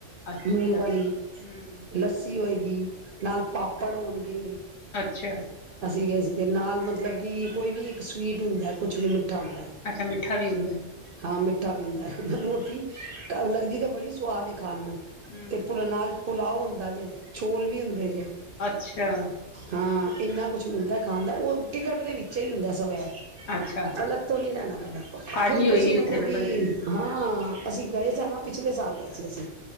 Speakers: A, on the left; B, on the right.
A: ਅੱਛਾ
B: ਨੂਣ
A: ਅੱਛਾ
B: ਵਾਲੀ
A: ਹਮ
B: ਲੱਸੀ ਹੋਈ। ਈ। ਨਾਲ ਪਾਪੜ ਹੋਨਗੇ।
A: ਅੱਛਾ,
B: ਅਸੀਂ ਗਏ ਸੀ ਤੇ ਨਾਲ ਮਤਲਬ ਕਿ ਕੋਈ ਵੀ ਇੱਕ ਸਵੀਟ ਹੁੰਦਾ ਐ, ਕੁਛ ਵੀ। ਮਿੱਠਾ ਹੁੰਦਾ ਐ,
A: ਅੱਛਾ ਮਿੱਠਾ ਵੀ ਹੁੰਦਾ।
B: ਹਾਂ ਮਿੱਠ ਠਾ ਵੀ ਹੁੰਦਾ ਐ। ਰੋਟੀ ਲੱਗਦੀ ਤੇ ਬੜੀ ਸਵਾਦ ਏ। ਖਾਨ ਨੂੰ
A: ਹੂੰ।
B: ਤੇ ਫੁਲ ਨਾਲ ਪੁਲਾਓ ਹੁੰਦਾ ਜੇ ਚੋਲ ਵੀ ਹੁੰਦੇ ਜੇ।
A: ਅੱਛਾ।
B: ਹਾਂ ਇੰਨਾ ਕੁਛ ਮਿਲਦਾ ਏ ਖਾਨ ਦਾ। ਉਹ ਟਿਕਟ ਦੇ ਵਿੱਚ ਹੀ ਹੁੰਦਾ ਸਬ ਐ।
A: ਅੱਛਾ
B: ਅਲੱਗ ਤੋਂ ਨੀ ਲੈਨਾ ਪੈਂਦਾ,
A: ਥਾਲੀ
B: ਫੇਰ
A: ਹੋਏਗੀ
B: ਤੁਸੀਂ ਮਤਲਬ
A: ਉੱਥੇ ਫਿਰ
B: ਵੀ
A: ਬਣੀ
B: ਹਾਂ। ਅਸੀਂ ਗਏ ਸਾਂ ਨਾ ਪਿਛਲੇ ਸਾਲ ਗਏ ਸੀ ਅਸੀ।